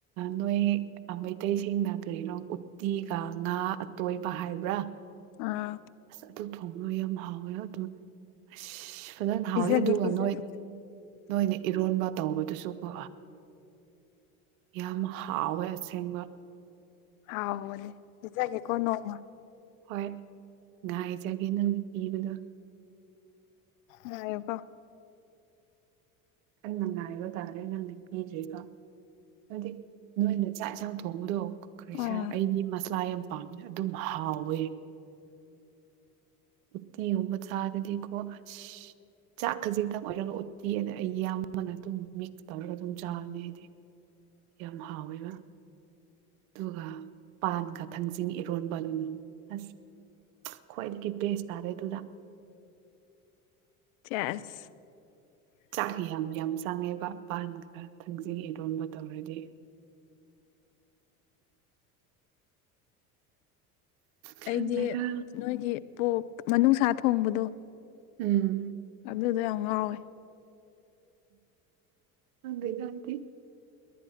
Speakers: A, on the right (about 70°); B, on the left (about 65°).
A: ꯅꯣꯏ ꯃꯩꯇꯩꯁꯤꯡꯅ ꯀꯔꯣ ꯎꯠꯇꯤꯒ ꯉꯥ ꯑꯇꯣꯏꯕ ꯍꯥꯏꯕ꯭ꯔꯥ
B: ꯑꯥ
A: ꯑꯁ ꯑꯗꯨ ꯊꯣꯡꯕ ꯌꯥꯝ ꯍꯥꯎꯋꯦ ꯑꯗꯨ ꯑꯁ ꯁꯗꯅ
B: ꯄꯤꯖꯒꯦ
A: ꯍꯥꯎꯋꯤ ꯑꯗꯨꯒ
B: ꯄꯤꯖꯒꯦ
A: ꯅꯣꯏ ꯅꯣꯏꯅ ꯏꯔꯣꯟꯕ ꯇꯧꯕꯗꯨꯁꯨ ꯀꯣ ꯌꯥꯝ ꯍꯥꯎꯋꯦ ꯑꯁꯦꯡꯕ
B: ꯍꯥꯎꯅꯦ ꯖꯒꯦ ꯀꯅꯣꯡꯃ
A: ꯍꯣꯏ ꯉꯥꯏꯖꯒꯦ ꯅꯪ ꯄꯤꯕꯗꯣ
B: ꯉꯒ
A: ꯀꯜ ꯅꯪꯅꯑꯕ ꯇꯥꯔꯦ ꯅꯪ ꯄꯤꯖꯦꯒ ꯍꯥꯏꯗꯤ ꯅꯣꯏꯅ ꯆꯥꯛ ꯌꯦꯟꯁꯥꯡ ꯊꯣꯡꯕꯗꯣ ꯈ
B: ꯑꯣ
A: ꯈꯔ ꯑꯩꯒꯤ ꯃꯁꯂꯥ ꯌꯥꯝ ꯄꯥꯝꯅ ꯑꯗꯨꯝ ꯍꯥꯎꯋꯦ ꯎꯅꯤ ꯎꯕ ꯆꯥꯗꯗꯤꯀꯣ ꯑ ꯆꯈꯁꯤꯗ ꯃ ꯎꯠꯇꯤꯅꯦ ꯑꯩ ꯏꯌꯥꯝꯕꯅ ꯑꯗꯨꯝ ꯃꯤꯛꯁ ꯇꯧꯔꯒ ꯑꯗꯨꯝ ꯆꯥꯔꯅꯤ ꯍꯥꯏꯗꯤ ꯌꯥꯝ ꯍꯥꯎꯋꯦꯕ ꯑꯗꯨꯒ ꯄꯥꯟꯒ ꯊꯥꯡꯖꯤꯡ ꯏꯔꯣꯟꯕ ꯂꯨꯅ ꯑꯁ ꯈ꯭ꯋꯥꯏꯗꯒꯤ ꯕꯦꯁ ꯇꯥꯔꯦ ꯑꯗꯨꯗ
B: ꯆꯥꯁ
A: ꯆꯥꯛ ꯌꯥꯝ ꯌꯥꯝ ꯆꯪꯉꯦꯕꯄꯥꯟꯒ ꯊꯥꯡꯖꯤꯔꯣꯟꯕ ꯇꯧꯔꯗꯤ
B: <inaudible>
A: ꯈꯪꯗ꯭ꯔꯦꯗ
B: ꯑꯩꯗꯤ ꯅꯣꯏꯒꯤ ꯄꯣꯛ ꯃꯅꯨꯡꯅꯨꯡꯁꯥ ꯊꯣꯡꯕꯗꯣ
A: ꯎꯝ
B: ꯑꯗꯨꯗ ꯑ ꯉꯋꯦ <unintelligible>
A: ꯊꯗ ꯀꯗꯤ